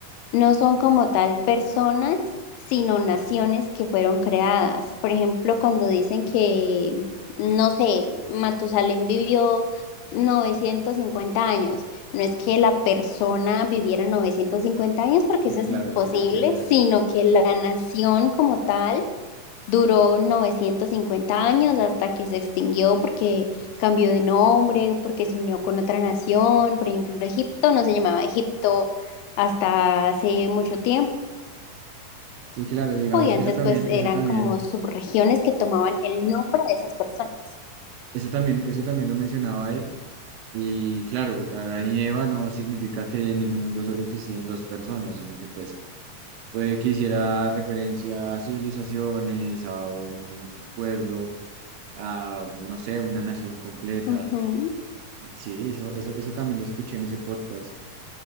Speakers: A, on the left; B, on the right.
A: no son como tal personas, sino naciones que fueron creadas. Por ejemplo, cuando dicen que, no sé, Matusalén vivió 950 años, no es que la persona viviera 950 años porque
B: Sí,
A: eso
B: claro,
A: es imposible,
B: sí, no, ¿qué hacías?
A: sino que la nación como tal Duró 950 años hasta que se extinguió porque cambió de nombre, porque se unió con otra nación. Por ejemplo, Egipto no se llamaba Egipto hasta hace mucho tiempo
B: Sí, claro, digamos,
A: y antes
B: eso también,
A: pues eran
B: eso también,
A: como subregiones que tomaban el nombre de esas personas.
B: eso también, eso también lo mencionaba él. Y claro, Adán y Eva no significa que en el mundo solo existían dos personas, sino que pues puede que hiciera referencia a civilizaciones, a un pueblo, a no sé, una nación completa.
A: Ujú.
B: Sí, eso, eso, eso también lo escuché en ese podcast.